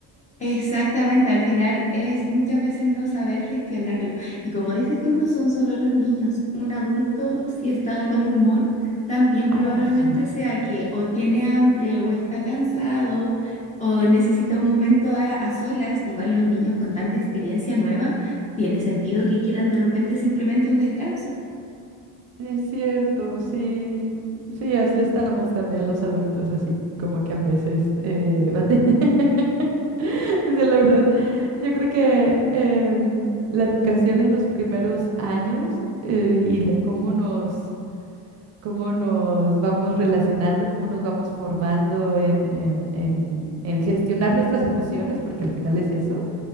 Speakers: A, on the left (about 20°); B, on the right (about 45°).
A: Exactamente, al final es muchas veces no saber gestionarlo. Y como dices tú, no son solo los niños. Un adulto, si está de mal humor, también probablemente
B: Ah, oh, sí.
A: sea que o tiene hambre o está cansado o
B: Es
A: necesita un momento a, a solas. Igual los niños con tanta experiencia nueva, tiene sentido que quieran de repente simplemente un descanso.
B: es cierto, sí. Sí, así estamos también los adultos, así como que a veces eh, bate- <laughs> O sea, la verdad, yo creo que em, la educación en los primeros años eh, y la- cómo nos cómo nos vamos relacionando, cómo nos vamos formando en, en, en, en gestionar nuestras emociones, porque al final es eso,